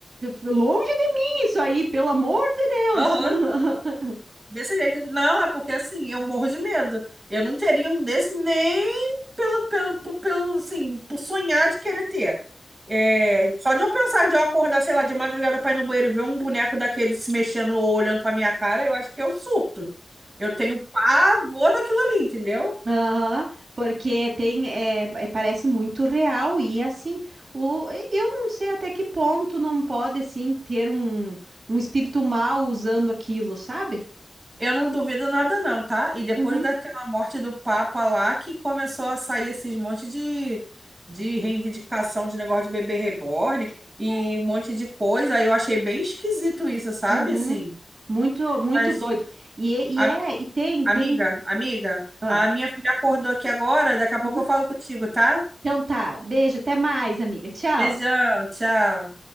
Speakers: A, on the right; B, on the right.
A: longe de mim isso aí, pelo amor de Deus.
B: Aham.
A: <laughs>
B: Desse jeito. Não, é porque assim, eu morro de medo. Eu não teria um desse nem pelo, pelo, pelo, pelo, assim, por sonhar de querer ter. É, só de eu pensar de eu acordar, sei lá, de madrugada pra ir no banheiro e ver um boneco daquele se mexendo ou olhando pra minha cara, eu acho que eu surto. Eu tenho pavor daquilo ali, entendeu?
A: Aham, porque tem, é, é, parece muito real e assim, o, eu não sei até que ponto não pode assim ter um, um espírito mal usando aquilo, sabe?
B: Eu não duvido nada não, tá? E depois
A: Uhum,
B: daquela morte do Papa lá, que começou a sair esses monte de, de reivindicação de negócio de bebê reborn e um monte de coisa, aí eu achei bem esquisito isso, sabe?
A: uhum.
B: Assim,
A: Muito, muito
B: mas,
A: doido. E, e
B: am-
A: é, e tem,
B: amiga,
A: tem.
B: amiga,
A: ah,
B: a minha filha acordou aqui agora, daqui a pouco
A: uhum.
B: eu falo contigo, tá?
A: Então tá, beijo, até mais, amiga. Tchau.
B: Beijão, tchau.